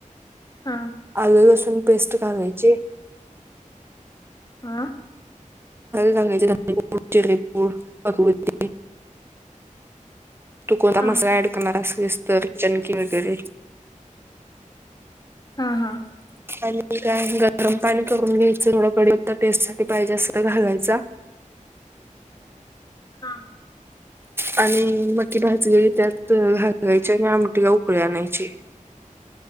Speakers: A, on the left; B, on the right.
A: हा.
B: आल लसुन पेस्ट घालायची.
A: हा
B: सांगायचेपूड चिपूड पगवती <inaudible> तू कोणता
A: हा
B: मस् ऍड करणार असेस तर चनकी वगैरे <inaudible>
A: हा हा.
B: आणि काय गरम पाणी करून घ्यायचं थोडं कडता पेस्टसाठी पाहिजे असत घालायचा.
A: हा.
B: आणि मटकी भाजीत त्यात घालायची आणि आमटी उकळी आणायची.